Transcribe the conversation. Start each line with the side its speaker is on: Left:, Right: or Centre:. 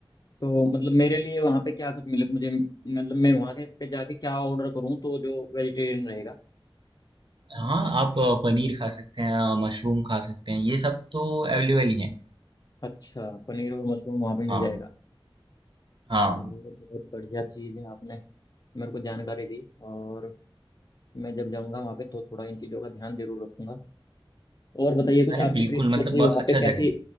Left: तो मतलब मेरे लिए वहाँ पे क्या कुछ मिले मुझे मतलब मैं वहाँ के पे जाके क्या ऑर्डर करूँ तो जो वेजिटेरियन रहेगा
Right: हाँ आप अ, पनीर खा सकते हैं अ, मशरूम खा सकते हैं ये सब तो अवेलेबल ही है
Left: अच्छा पनीर और मशरूम वहाँ पे मिल
Right: हाँ
Left: जाएगा
Right: हाँ
Left: चलिए बहुत बढ़िया चीज़ है आपने मेरे को जानकारी दी और मैं जब जाऊँगा वहाँ पे तो थोड़ा इन चीज़ों का ध्यान जरूर रखूंगा और बताइए कुछ
Right: अरे
Left: आपकी
Right: बिल्कुल
Left: ट्रिप
Right: मतलब
Left: जो थी
Right: बहुत
Left: वहाँ
Right: अच्छा
Left: पे कैसी
Right: जगह है